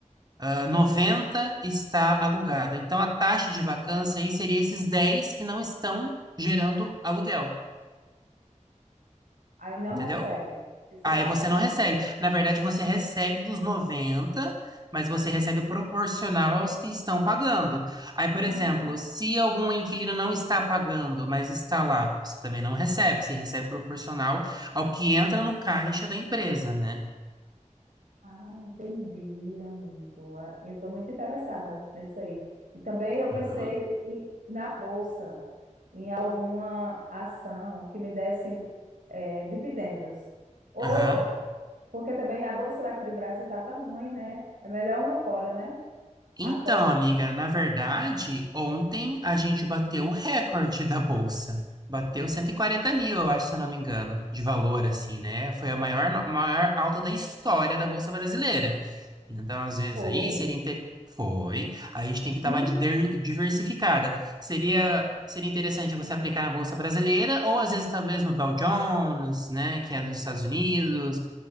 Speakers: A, on the right; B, on the right.
A: ah, 90 está alugado. Então, a taxa de vacância aí seria esses 10 que não estão gerando aluguel,
B: Aí não
A: entendeu?
B: recebe, nesse
A: Aí
B: caso.
A: você não recebe. Na verdade, você recebe dos 90, mas você recebe proporcional aos que estão pagando. Aí, por
B: Ah,
A: exemplo, se algum inquilino não está pagando, mas está lá, você também não recebe. Você recebe proporcional ao que entra no caixa da empresa, né?
B: ah, entendi, amigo. É, Eu estou muito interessada nisso aí. E também eu pensei
A: Aham.
B: em- na bolsa, em alguma ação que me desse eh, dividendos. Ou,
A: Aham.
B: Porque também a bolsa daqui do Brasil tá tão ruim, né? É melhor uma fora, né?
A: Então,
B: A fora
A: amiga, na verdade, ontem a gente bateu o recorde da bolsa. Bateu 140 mil, eu acho, se eu não me engano, de valor, assim, né? Foi a maior, no- maior alta da história da Bolsa Brasileira. Então, às vezes,
B: foi.
A: aí seria. Inter... Foi. A gente tem que dar
B: Me...
A: uma dider- diversificada. Seria, seria interessante você aplicar na Bolsa Brasileira, ou às vezes, talvez, no Dow Jones, né? Que é dos Estados Unidos.